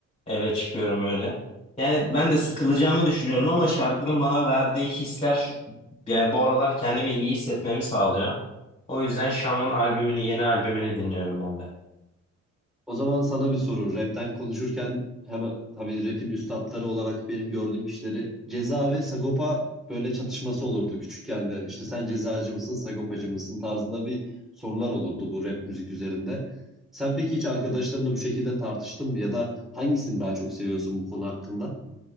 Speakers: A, on the left; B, in the centre.
A: eve çıkıyorum öyle. Yani ben de sıkılacağımı düşünüyorum ama şarkının bana verdiği hisler şu- yani bu aralar kendimi iyi hissetmemi sağlıyor. O yüzden Şam'ın albümünü, yeni albümünü dinliyorum ben de.
B: O zaman sana bir soru. Rap'ten konuşurken hemen tabii rap'in üstatları olarak benim gördüğüm kişileri Ceza ve Sagopa böyle çatışması olurdu küçükken de. İşte sen cezacı mısın, Sagopacı mısın tarzında bir sorular olurdu bu rap müzik üzerinde. Sen peki hiç arkadaşlarınla bu şekilde tartıştın mı ya da hangisini daha çok seviyorsun bu konu hakkında?